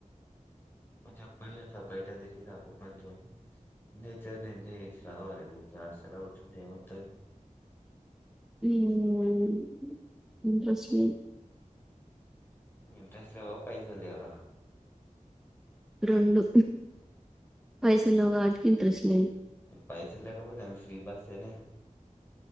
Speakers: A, on the left; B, in the centre.
A: మంచిగ పోయి అట్లా బైట తిరిగి రాపో కొంచెం నేచర్ ని ఎంజాయి చేసి రావాలే ఉ ఉత్తగా హాస్టల కూర్చుంటే ఏం మత్తది
B: <unintelligible> ఇంట్రెస్ట్ లేదు
A: ఇంట్రెస్ట్ లేవా పైసలు లేవా
B: రొండు పైసలు లేవు గాటికి ఇంట్రెస్ట్ లేదు
A: పైసలు లేకపోతే ఏం ఫ్రీ బస్సే నే